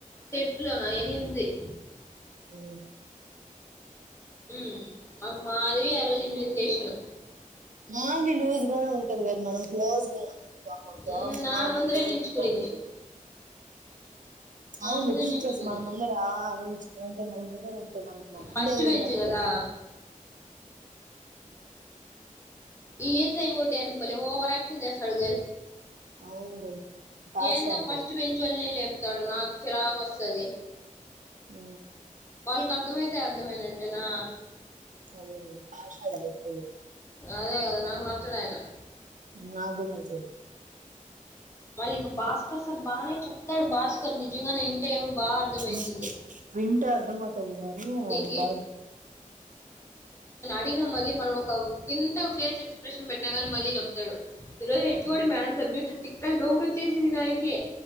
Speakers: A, on the left (about 20°); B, on the right (about 70°).
A: సెట్లోనా ఎనిమిది
B: ఆ
A: హ్మ్ మాకు మాధవి అరోజు ఇన్విజిలేషను
B: మాధవి లూజ్ గానే ఉంటది కద్మా క్లోజ్ ఉన్నాం అనుకో అమెతో
A: ఉమ్, నా
B: ఆమె
A: ముందరే
B: మనతో లీజ్
A: నిల్చుకునింది
B: గా ఉంటది
A: నా
B: అవును
A: ముందరే
B: టీచర్స్
A: నిల్చుకుంది
B: మన ముందర నిన్చ్కోంటే మన ముందర ఉంటే మనం
A: ఫస్ట్
B: ఉండేది కూడా
A: బెంచ్
B: మర్చిపోతాం
A: కదా ఈయస్ఐ ఎకటే అని బలే ఒవర్ యాక్షన్ గె
B: అవును గుడ్ పార్షాలిటీ
A: ఏందో ఫస్ట్ బెంచ్ వొళ్నే లే స్తాడు నాకు చిరాకు ఒస్తది
B: ఒ
A: మీకు అర్థం అయితే అర్థమైనట్టేనా
B: అదే అదే ఆషాడం ఎప్పుడు
A: అదే కదా నాకు నచ్చడాయన
B: నాకు కూడా తెలుసు
A: మళ్ళీ ఇంక భాస్కర్ సార్ బాగానే చెప్తాడు భాస్కర్ నిజంగానే ఇంటే ఏమో బాగా అర్థమయితుంది
B: <inaudible> తే అర్థమవుతుంద్. తాది కానీ,
A: ఈ
B: అది
A: ఈ
B: బాదు.
A: ఐన మళ్లీ మనం ఒక వింత. ఫేస్ ఎక్స్ప్రెషన్ బేట్టాగానే, మళ్ళీ చెప్తాడు. ఈరోజు హేచ్
B: అవును
A: ఓ డి మేడమ్, సబ్జెక్ట్ చెప్. తిక్కల్ డౌట్ ఓచ్చేసింది నాకి.